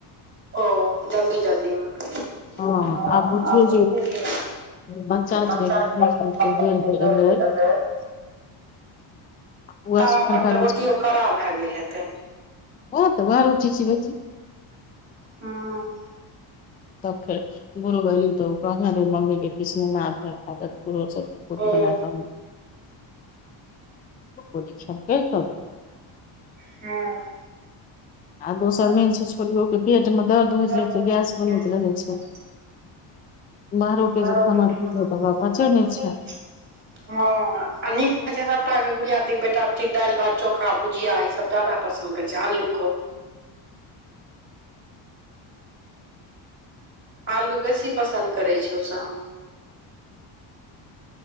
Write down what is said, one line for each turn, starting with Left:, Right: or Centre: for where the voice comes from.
Right: ओ जल्दी जल्दी मे
Left: हँ
Right: ह
Left: आब बुझियौ
Right: जे
Left: बच्चा
Right: घर
Left: जे बेर बेर
Right: घर
Left: बेर उएह
Right: तब
Left: सुखलका
Right: अपन तऽ रोटिओ कड़ा भए गेल हेते
Left: ओ तऽ आर उठि छै बेजी
Right: ह
Left: तब फेर भुल गली तऽ ओ कह रे मम्मी के किीसने नै भै त पूरी
Right: हँ
Left: बना दऽ परीक्षा कऽ तऽ
Right: ह
Left: आ दोसर
Right: आर
Left: मेन छै छोरियो के पेट मे दर्द होइत रहे
Right: दो
Left: छै
Right: सभ
Left: गैस बनैत रहे छै बाहरो के
Right: बार
Left: जे खाना
Right: <unintelligible>
Left: खेतै तऽ ओकरा पचै नहि छै
Right: ह नीक ल छै सभटा के गुड़िया दी बेटा बेटी दालि भात चोखा भुजिया ई सभ ज्यादा पसन्द करैत छै आलूके आलू बेसी पसन्द करैत छै ओ सभ